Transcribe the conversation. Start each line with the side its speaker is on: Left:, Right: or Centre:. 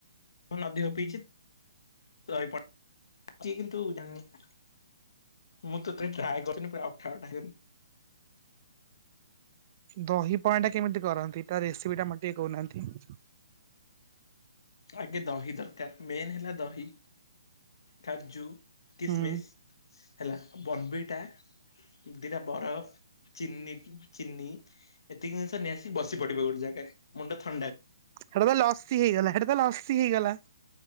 Left: <unintelligible> ଦହି ପଣା। <unintelligible> ମୁଁ ତତେ ଟ୍ରାଏ କରିନି ପୁରା ଅଠା ଅଠା ହେଉ
Right: ଦହି ପଣା ଟା କେମିତି କରନ୍ତି ତା ରେସିପିଟା ମତେ ଟିକେ କହୁନାହାନ୍ତି?
Left: ଆଗେ ଦହି ଦରକାର ମେନ ହେଲା ଦହି, କାଜୁ କିସମିସ
Right: ହୁଁ
Left: ହେଲା ବନବିଟା ଦିଟା ବରଫ ଚିନି, ଚିନି ଏତିକି ଜିନଷ ନେଇ ଆସି ବସି ପଡ଼ିବ ଗୋଟେ ଜାଗାରେ ମୁଣ୍ଡ ଥଣ୍ଡା
Right: ହେଟା ତ ଲସି ହେଇଗଲା ହେଟା ତ ଲସି ହେଇଗଲା।